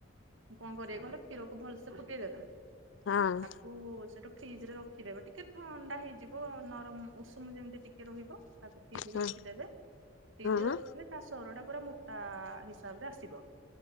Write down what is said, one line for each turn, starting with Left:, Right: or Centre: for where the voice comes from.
Right: କଣ କରିବେ କହିଲେ କ୍ଷୀରକୁ ଭଲସେ ଫୁଟେଇଦେବେ।
Left: ହଁ
Right: ତାକୁ ସେଠୁ ଫ୍ରିଜ ରେ ରଖିଦେବେ ଟିକେ ଥଣ୍ଡା ହେଇଯିବ ନରମ ଉଷୁମ ଯେମିତି ଟିକେ ରହିବ। ତାକୁ ଫ୍ରିଜ ରେ
Left: ହଁ
Right: ରଖିଦେବେ ଫ୍ରିଜ ରେ
Left: ହଁ
Right: ରଖିଲେ ତା ସର ସେଟା ପୁରା ମୋଟା ହିସାବ ରେ ଆସିବ।